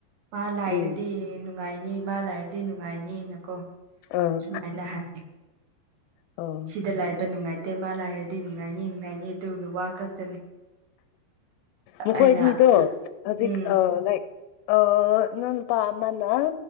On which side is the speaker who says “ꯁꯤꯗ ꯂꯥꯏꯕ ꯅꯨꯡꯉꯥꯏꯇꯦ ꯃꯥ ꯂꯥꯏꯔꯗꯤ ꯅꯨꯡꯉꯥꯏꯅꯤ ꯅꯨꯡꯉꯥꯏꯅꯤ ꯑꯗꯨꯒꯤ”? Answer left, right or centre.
Right